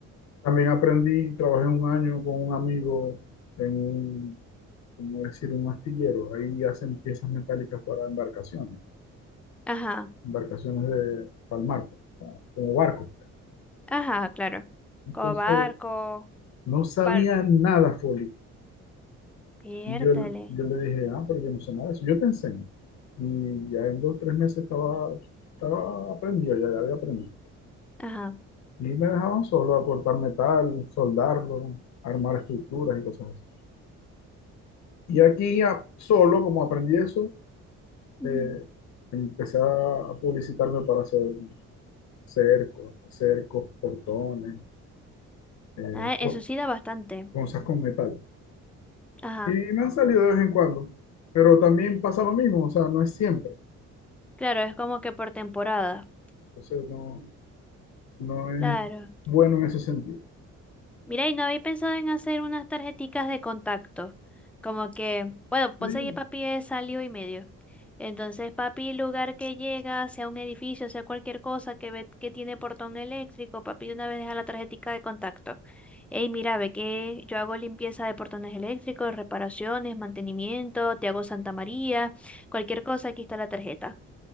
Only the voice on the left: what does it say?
También aprendí, trabajé un año con un amigo en un, como decir, un astillero. Ahí hacen piezas metálicas para embarcaciones,
embarcaciones de, para el mar, pues, para- como barcos
Entonces,
no sabía
nada, Foli.
Y yo, yo le dije, ah, pero yo no sé nada de eso, yo te enseño. Y ya en dos o tres meses estaba, estaba aprendido, ya, ya había aprendido.
Y me dejaban solo a cortar metal, soldarlo, armar estructuras y cosas así. Y aquí ya solo, como aprendí eso,
eh, empecé a publicitarme para hacer cercos, cercos, portones, eh,
co-
cosas con metal.
Y me han salido de vez en cuando, pero también pasa lo mismo, o sea, no es siempre.
Entonces, no, no
es bueno en ese sentido.
Sí,